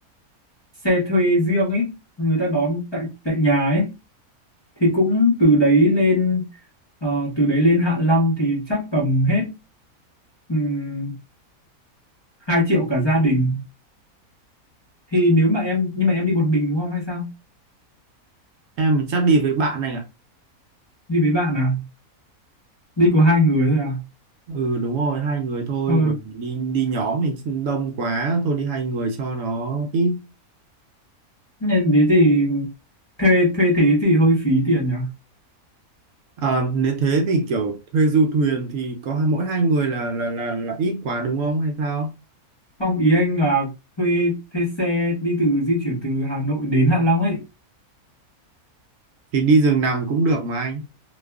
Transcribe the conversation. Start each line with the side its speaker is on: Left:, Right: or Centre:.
Left: xe thuê riêng ấy, người ta đón tại tại nhà ấy thì cũng từ đấy lên ờ, từ đấy lên Hạ Long thì chắc tầm hết um, 2 triệu cả gia đình. Thì nếu mà em nhưng mà em đi một mình đúng không hay sao?
Right: em chắc đi với bạn này ạ
Left: Đi với bạn à? Đi có hai người thôi à?
Right: ừ đúng rồi hai người thôi
Left: Ờ
Right: bởi vì đi đi nhóm mình đông quá thôi đi hai người cho nó ít
Left: nên thế thì thuê thuê thế thì hơi phí tiền nhỉ
Right: à, nếu thế thì kiểu thuê du thuyền thì có hai- mỗi hai người là là là là ít quá đúng không hay sao
Left: không ý anh là thuê thuê xe đi từ di chuyển từ Hà Nội đến Hạ Long ấy
Right: thì đi giường nằm cũng được mà anh